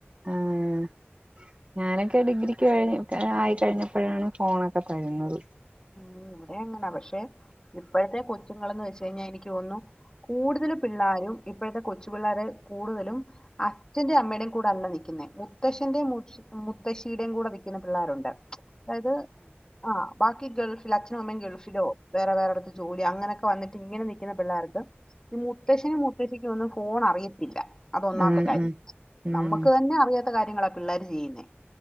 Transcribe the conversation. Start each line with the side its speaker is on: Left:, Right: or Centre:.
Right: ആഹ് ഞാനൊക്കെ ഡിഗ്രിക്ക് കഴി ആയിക്കഴിഞ്ഞപ്പോഴാണ് ഫോണൊക്കെ തരുന്നത്
Left: ഉം ഇവിടെം അങ്ങനാ പക്ഷെ ഇപ്പോഴത്തെ കൊച്ചുങ്ങളെന്ന് വെച്ച് കഴിഞ്ഞാ എനിക്ക് തോന്നുന്നു കൂടുതല് പിള്ളാരും ഇപ്പോഴത്തെ കൊച്ചു പിള്ളേരെ കൂടുതലും അച്ഛന്റെ അമ്മേടെം കൂടെ അല്ലാ നിക്കുന്നേ മുത്തശ്ശന്റെയും മുത് മുത്തശ്ശീടെം കൂടെ നി ക്കുന്ന പിള്ളേരുണ്ട് അതായത് ആഹ് ബാക്കി ഗൾഫ് അച്ഛനും അമ്മേം ഗൾഫിലോ വേറെ വേറെടുത്ത് ജോലിയോ അങ്ങനൊക്കെ വന്നിട്ട് ഇങ്ങനെ നിൽക്കുന്ന പിള്ളേരിണ്ട് ഈ മുത്തശ്ശനും മുത്തശ്ശിക്കൊന്നും ഫോൺ അറിയത്തില്ല അതൊന്നാംത്തെ
Right: ആഹ്
Left: കാര്യം
Right: ആഹ് ഉം
Left: നമ്മക്ക് തന്നെ അറിയാത്ത കാര്യങ്ങളാ പിള്ളേര് ചെയ്യുന്നേ